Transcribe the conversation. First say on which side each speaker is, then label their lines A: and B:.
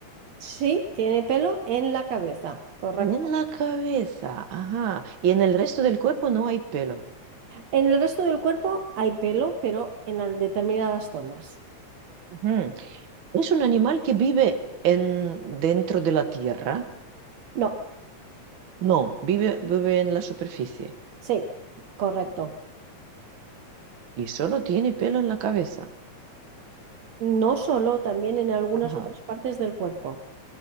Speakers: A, on the right (about 65°); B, on the right (about 45°).
A: Sí, tiene pelo en la cabeza, correcto.
B: En la cabeza, ajá. Y en el resto del cuerpo no hay pelo.
A: En el resto del cuerpo hay pelo, pero en al- determinadas zonas.
B: Ujú. ¿Es un animal que vive en, dentro de la tierra?
A: No,
B: No, vive, vive en la superficie
A: sí, correcto.
B: y solo tiene pelo en la cabeza.
A: No solo, también en algunas
B: Ajá.
A: otras partes del cuerpo.